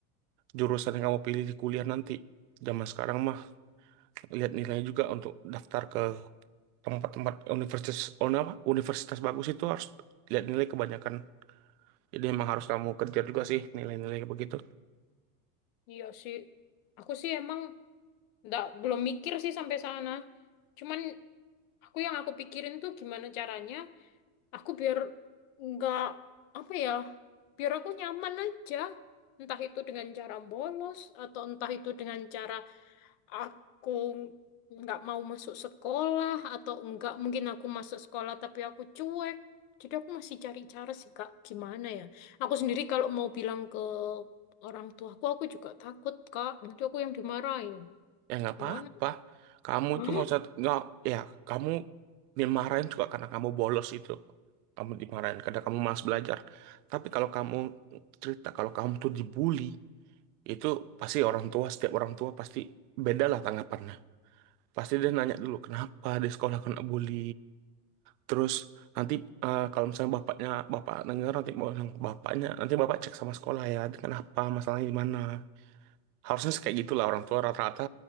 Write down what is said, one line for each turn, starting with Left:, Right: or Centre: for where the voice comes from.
Right: jurusan yang kamu pilih di kuliah nanti. Zaman sekarang mah lihat nilai juga untuk daftar ke tempat-tempat universitas oh, apa universitas bagus itu harus lihat nilai kebanyakan jadi emang harus kamu kejar juga sih nilai-nilai begitu
Left: Iya sih, aku sih emang nggak belum mikir sih sampai sana. Cuman aku yang aku pikirin tuh gimana caranya aku biar nggak apa ya biar aku nyaman aja entah itu dengan cara bolos atau entah itu dengan cara aku nggak mau masuk sekolah atau enggak mungkin aku masuk sekolah tapi aku cuek jadi aku masih cari cara sih Kak gimana ya aku sendiri kalau mau bilang ke orang tuaku aku juga takut Kak nanti aku yang dimarahin
Right: ya nggak
Left: gimana
Right: apa-apa kamu itu
Left: Hah?
Right: nggak usah nggak ya kamu dimarahin juga karena kamu bolos itu kamu dimarahin karena kamu malas belajar tapi kalau kamu cerita kalau kamu tuh dibully itu pasti orang tua setiap orang tua pasti beda lah tanggapannya pasti dia nanya dulu kenapa di sekolah kena bully Terus nanti eh, kalau misalnya bapaknya bapak denger nanti mau bilang ke bapaknya nanti bapak cek sama sekolah ya kenapa masalahnya di mana harusnya sih kayak gitulah orang tua rata-rata